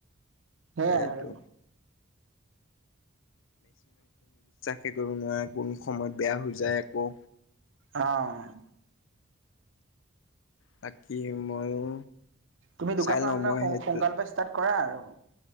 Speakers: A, on the right; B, on the left.
A: সেইয়াই
B: এইটো
A: আৰু।
B: একোয়েই কৰিব নোৱাৰে, কোন সময়ত বেয়া হৈ যায় আকৌ।
A: অ'।
B: বাকী ময়ো
A: তুমি দোকনখন
B: চাই লওঁ মই সেইটোত
A: সোনকালৰ পৰা ষ্টাৰ্ট কৰা আৰু।